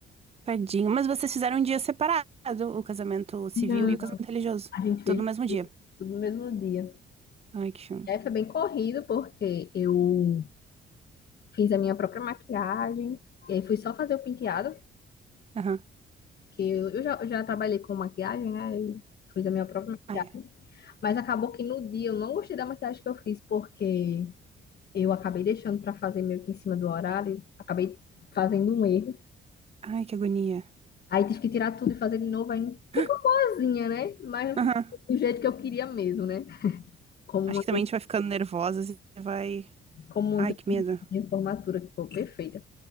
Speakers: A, on the right; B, on the left.
A: Tadinho. Mas vocês fizeram um dia separado, o casamento civil
B: Não.
A: e o casamento religioso.
B: A gente
A: Tudo
B: fez
A: no mesmo dia.
B: tudo no mesmo dia.
A: Ai, que filme.
B: E aí foi bem corrido, porque eu fiz a minha própria maquiagem, e aí fui só fazer o penteado,
A: Aham.
B: que eu, eu já, eu já trabalhei com maquiagem, né? E fiz a minha própria maquiagem.
A: Ai,
B: Mas acabou que no dia eu não gostei da maquiagem que eu fiz, porque eu acabei deixando pra fazer meio que em cima do horário, acabei fazendo um erro.
A: ai, que agonia.
B: Aí tive que tirar tudo e fazer de novo, aí não- ficou
A: <gasps>
B: boazinha, né? Mas não
A: Aham.
B: ficou do jeito que eu queria mesmo, né? Como
A: Acho
B: uma,
A: que
B: que
A: também
B: eu-
A: a gente vai ficando nervosa e vai.
B: como uma
A: Ai,
B: que eu
A: que
B: fiz
A: medo.
B: na minha formatura, que foi perfeita.